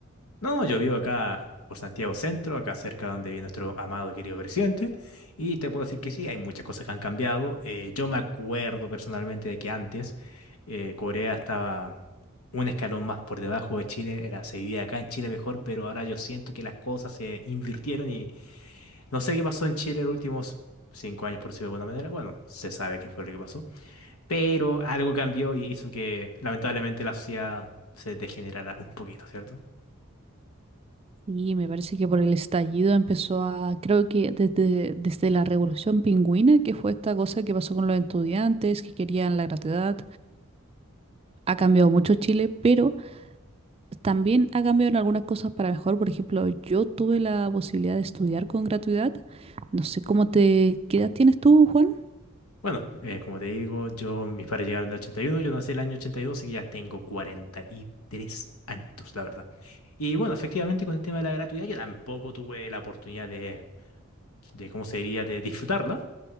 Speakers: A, on the left; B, on the right.
A: No, yo vivo acá por Santiago Centro, acá cerca donde vive nuestro amado y querido presidente, y te puedo decir que sí, hay muchas cosas que han cambiado. Eh, yo me acuerdo personalmente de que antes eh, Corea estaba un escalón más por debajo de Chile, era, se vivía acá en Chile mejor, pero ahora yo siento que las cosas se invirtieron y no sé qué pasó en Chile los últimos cinco años, por decirlo de alguna manera. Bueno, se sabe qué fue lo que pasó, pero algo cambió y hizo que lamentablemente la sociedad se degenerara un poquito, ¿cierto?
B: Y me parece que por el estallido empezó a, creo que desde, desde la Revolución Pingüina, que fue esta cosa que pasó con los estudiantes que querían la gratuidad, ha cambiado mucho Chile, pero También ha cambiado en algunas cosas para mejor. Por ejemplo, yo tuve la posibilidad de estudiar con gratuidad. No sé cómo te... ¿Qué edad tienes tú, Juan?
A: Bueno, eh, como te digo, yo, mis padres llegaron en el 81, yo nací el año 82, así que ya tengo 43 añitos, la verdad. Y bueno, efectivamente con el tema de la gratuidad yo tampoco tuve la oportunidad de, de ¿cómo se diría?, de disfrutarla,